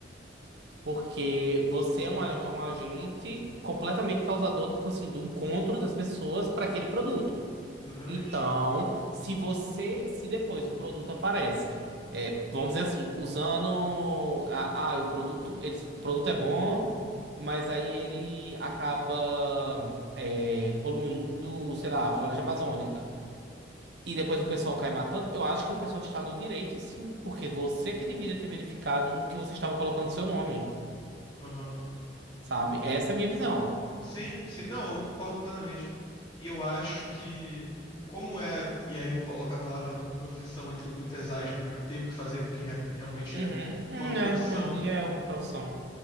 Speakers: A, on the right (about 65°); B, on the left (about 20°).
A: Porque você é um, a- um agente completamente causador, tipo assim, do encontro das pessoas para aquele produto.
B: exatamente.
A: Então, se você, se depois o produto aparece, é, vamos dizer assim, usando, ah, ah, o produto, eles, o produto é bom, mas aí ele acaba, é, poluindo, sei lá, a floresta amazônica. E depois o pessoal cai matando. Eu acho que o pessoal está no direito, sim, porque você que deveria ter verificado no que você estava colocando seu nome,
B: Aham.
A: sabe? Essa é a minha visão.
B: Sim, sim, não, eu concordo plenamente. E eu acho que, como é, e aí eu coloco a palavra profissão entre muitas aspas, mas não tenho o que fazer porque re- realmente
A: Uhum,
B: é
A: uhum,
B: uma profissão
A: é, hoje em dia é uma profissão.